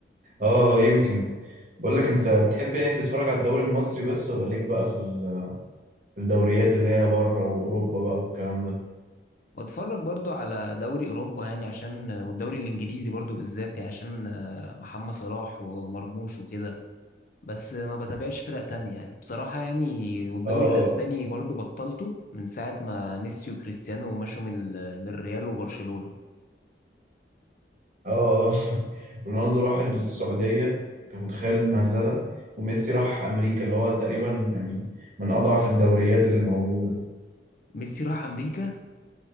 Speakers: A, on the right; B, on the left.
A: اه يمكن بقول لك انت بتحب يعني تتفرج على الدوري المصري بس ولا ليك بقى في ال- في الدوريات اللي هي بره واوروبا بقى والكلام ده
B: واتفرج برضو على دوري اوروبا يعني عشان والدوري الانجليزي برضو بالذات يعني عشان آه، محمد صلاح ومرموش وكده بس ما بتابعش فرق تانية يعني بصراحة يعني والدوري
A: اه آه.
B: الاسباني برضو بطلته من ساعة ما ميسي وكريستيانو مشوا من ال- من الريال وبرشلونة
A: اه آه. <laughs> رونالدو راح السعودية انت متخيل المهزلة وميسي راح امريكا اللي هو تقريبا يعني من اضعف الدوريات اللي موجودة
B: ميسي راح امريكا